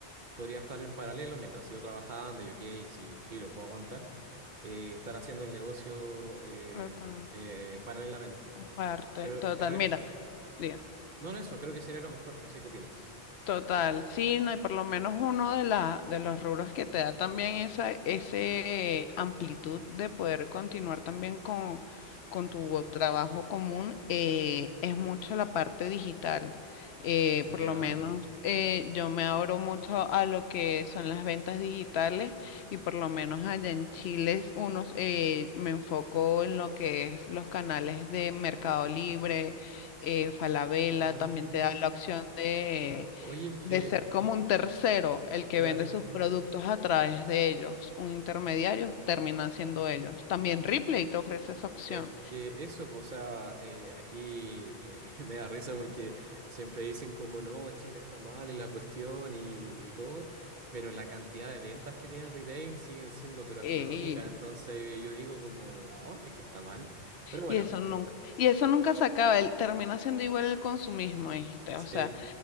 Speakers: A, on the right; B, on the left.
A: podría estar en paralelo mientras sigo trabajando y ok, si filo, puedo aguantar, eh, estar haciendo el negocio eh,
B: total-
A: eh, paralelamente.
B: aparte,
A: Pero
B: total,
A: creo
B: mira,
A: que,
B: diga.
A: no, no eso, creo que sería lo mejor, no sé qué opinas.
B: Total, sí, no, y por lo menos uno de, la, de los rubros que te da también esa ese amplitud de poder continuar también con, con tu trabajo común eh, es mucho la parte digital. Eh, por
A: Ya.
B: lo menos eh, yo me abro mucho a lo que son las ventas digitales y por lo menos allá en Chile unos, eh, me enfoco en lo que es los canales de Mercado Libre, eh, Falabella,
A: Ah.
B: también te da la opción de
A: O- oye, es
B: de
A: que,
B: ser como un tercero el que
A: claro.
B: vende sus productos a través de ellos, un intermediario, terminan siendo ellos. También Ripley te ofrece esa opción.
A: Es que eso, po, o sea, eh, aquí eh, <laughs> me da risa porque siempre dicen como no, Chile está mal y la cuestión y, y todo, pero la cantidad de ventas que tiene el retail siguen siendo pero
B: Eh,
A: astronómicas, entonces
B: Y,
A: yo digo como, ¿a dónde que está mal? Pero bueno,
B: y eso nunca, y eso nunca se acaba, el termina siendo igual el consumismo, ¿viste?
A: sí,
B: O sea,